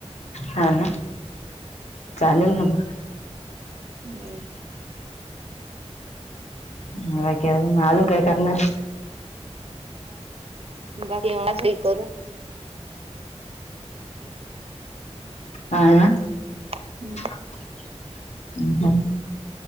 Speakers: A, on the left; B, on the right.
A: हा. हा चालेल, ना मग.
B: हम्म
A: बाकी अजून अजून काय करणार.
B: बाकी एवढाचही करू
A: हा.
B: हम्म
A: अ हा.